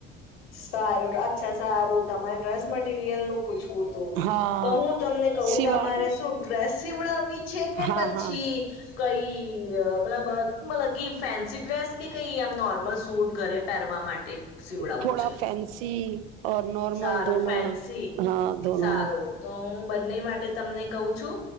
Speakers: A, on the left (about 75°); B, on the right (about 70°).
A: સારું અચ્છા સારું તમારે ડ્રેસ મટીરિયલ નું પૂછવું તુ
B: હા
A: તો હું તમને કહું
B: સિવા
A: તમાંરે શું ડ્રેસ સીવડાવી. છે કે
B: હા
A: પછી
B: હા
A: કઈ મતલબ, મતલબ ફેન્સી ડ્રેસ કે કઈ આમ નોર્મલ સૂટ ઘરે પહેરવા માટે, સીવડાવું
B: થોડા
A: છે
B: ફેન્સી પી નોર્મલ
A: સારું
B: દોનો
A: ફેન્સી
B: ના હા દોનો
A: સારું
B: ના.
A: તો હું બંને માટે તમને કવ‌ છું.